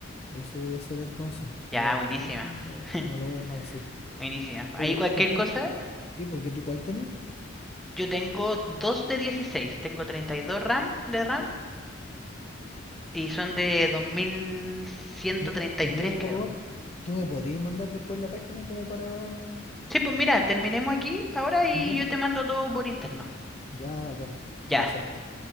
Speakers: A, on the left (about 30°); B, in the centre.
A: eso voy a hacer entonces. Voy
B: Ya,
A: a agarrar
B: buenísima.
A: eso y me lo,
B: <laughs>
A: y me lo voy a armar así.
B: buenísima. Ahí
A: porque
B: cualquier
A: ¿tú cuál
B: cosa.
A: tenés? Sí, porque tú cuál tenés.
B: Yo tengo 2 de dieciséis, Tengo 32 RAM de RAM y son de dos mil ciento
A: Me-
B: treinta
A: Te
B: y tres,
A: pido un favor,
B: creo.
A: ¿tú me podrías mandar después la página como para...
B: Sí, pues mira, terminemos aquí ahora y
A: ¿Ya?
B: yo te mando todo por interno.
A: Ya, bacán.
B: Ya,
A: Te pasaste.